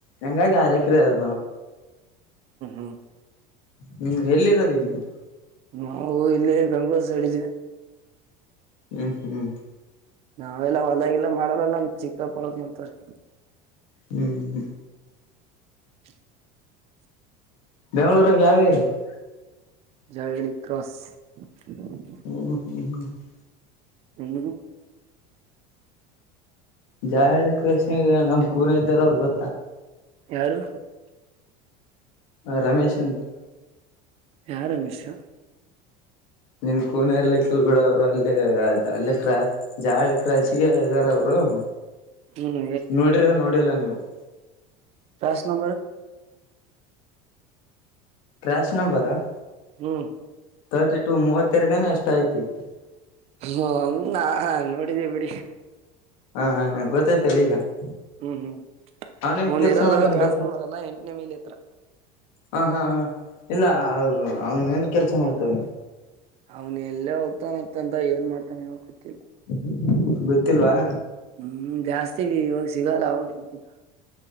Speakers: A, on the left; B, on the right.
A: ಹಂಗಾಗಿ ಆರ್ ಎಕರೆ ಅದ
B: <inaudible> <unintelligible>
A: ಹೂ ಎಲ್ಲಿರೋದ ಈಗ ನೀ. <inaudible>
B: ನಾವ ಇಲ್ಲಿ ಬೆಂಗ್ಳೂರ್ ಸೈಡ್ ಇದವಿ. <inaudible>
A: ಹೂ ಹೂ <inaudible>
B: ನಾವೆಲ್ಲ ಹೊಲಾದಾಗ ಗಿಲದಾಗ ಮಾಡಲ್ಲಲ್ಲ ನಮ್ಮ ಚಿಕ್ಕಪ್ಪ ಅವರ ಮಾಡ್ತಾರೆ. <inaudible>
A: ಹ್ಮ್
B: <inaudible>
A: ಬೆಂಗಳೂರಾಗ ಯಾವ್ ಏರಿಯಾ? <inaudible>
B: ಜಳವಡಿ ಕ್ರಾಸ್ <inaudible>
A: ಹೌದ ಏನ್? <inaudible>
B: ಇಲ್ಲಿಗೆ? <inaudible>
A: ಜಾಳ ಹಳ್ಳಿ ಕಾರ್ಸ್ ನ್ಯಾಗ ನಮ್ಮ ಕೂಡ ಇದ್ದಾರ ಅವ್ರು ಗೊತ್ತ. <inaudible>
B: ಯಾರು? <inaudible>
A: ರಮೇಶ್ ಅಂತ. <inaudible>
B: ಯಾ ರಮೇಶ್? <inaudible>
A: ನಿನ್ ಕೂನರ್ಲ್ಲ ಇರ್ಲಿಕ್ ಬಿಡ ಅವ್ರು ಅಲ್ಲೇ? <inaudible> ಅಲ್ಲೇ ಜಲ ಹಳ್ಳಿ ಕಾರ್ಸ್ ಗೇ ಇದ್ದಾರ ಅವರು. <inaudible>
B: ಹ್ಮ್
A: ನೋಡಿರ ನೋಡಿಲ್ಲ ನೀವು. <inaudible>
B: Last number. <inaudible>
A: Last number? <inaudible>
B: ಹೂ
A: ತರ್ಟಿ ಟು ಮೂವತ್ತೆರಡೇನೆ ಎಷ್ಟ ಐತಿ. <inaudible>
B: ಹೌನಂದಾ ನನೋಡಿದಿವಿ ಬಿಡಿ. <inaudible>
A: ಹಾ ಹಾ ಗೊತ್ತಾಯ್ತಲ್ಲ ಈಗ. <inaudible>
B: ಹ್ಮ್ ಹ್ಮ್
A: ಅವನೇನ್
B: ಇವ್ನ್
A: ಕೆಲ್ಸ
B: ಇರೋದು
A: ಮಾಡ್ತಾನ
B: ಕ್ಲಾಸ್
A: ಗೊತ್ತಾ
B: ನಂಬರ್ ಅಲ್ಲಾ ಎಂಟನೇ ಮೖಲಿ ಹತ್ರ.
A: ಹ ಹಾ ಹಾ ಇಲ್ಲ ಅವ್ರು ಅವ್ನು ಏನ್ ಕೆಲ್ಸ ಮಾಡ್ತವ್ನೆ.
B: ಅವ್ನ ಎಲ್ಲೇ ಹೋಗ್ತಾನ್ ಅಂತಂದ ಏನ್ ಮಾಡ್ತಾ ನೊ ಎನೊ ಗೊತ್ತಿಲ್ಲ.
A: <unintelligible> ಗೊತ್ತಿಲ್ವಾ.
B: ಹ್ಮ್ ಜಾಸ್ತಿ ವಿ ಇವಾಗ ಸಿಗಲ್ಲ ಅವಾಗ್ <unintelligible>